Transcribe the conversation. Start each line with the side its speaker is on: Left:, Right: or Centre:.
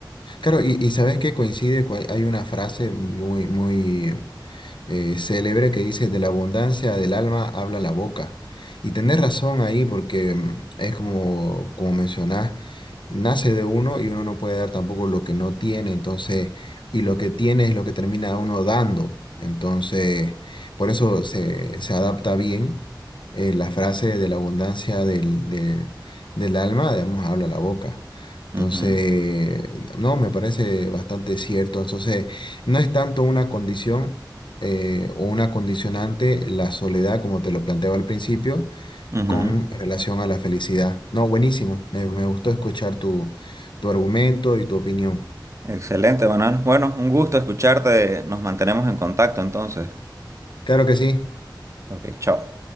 Left: Claro, y, y sabes que coincide, con- hay una frase muy, muy eh, célebre que dice, de la abundancia del alma habla la boca. Y tenés razón ahí porque mm, es como, como mencionás, nace de uno y uno no puede dar tampoco lo que no tiene, entonces, y lo que tiene es lo que termina uno dando. Entonces, por eso se, se adapta bien eh, la frase de la abundancia del, de- del alma, digamos, habla la boca. Entonces,
Right: Ujú,
Left: no, me parece bastante cierto. Entonces, no es tanto una condición eh, o una condicionante la soledad, como te lo planteaba al principio,
Right: ujú.
Left: con relación a la felicidad. No, buenísimo. Me, me gustó escuchar tu, tu argumento y tu opinión.
Right: Excelente, Manuel. Bueno, un gusto escucharte. Nos mantenemos en contacto entonces.
Left: Claro que sí.
Right: Ok, chao.